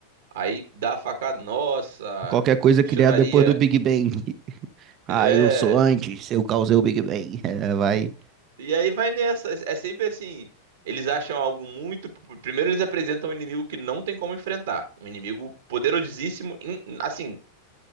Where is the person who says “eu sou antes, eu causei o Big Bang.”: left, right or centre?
Right